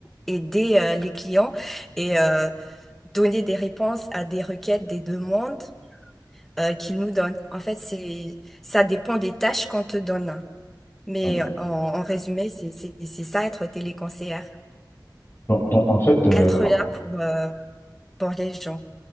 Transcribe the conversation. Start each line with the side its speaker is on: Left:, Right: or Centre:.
Centre: aider euh, les clients et euh, donner des réponses à des requêtes, des demandes euh, qu'ils nous donnent. En fait, c'est, ça dépend des tâches qu'on te donne. Mais
Left: Ah, d'accord.
Centre: euh, en, en résumé, c'est, c'est, c'est ça, être téléconseillère.
Left: Donc, donc, en fait, euh,
Centre: Être là pour, euh, pour les gens.